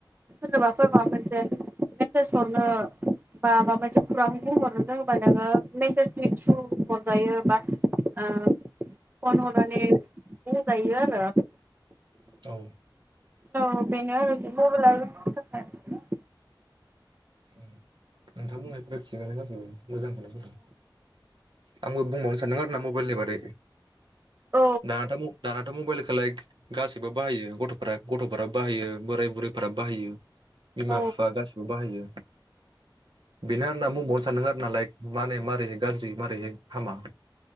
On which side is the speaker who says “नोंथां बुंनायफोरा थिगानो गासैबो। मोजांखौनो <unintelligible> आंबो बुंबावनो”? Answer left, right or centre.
Right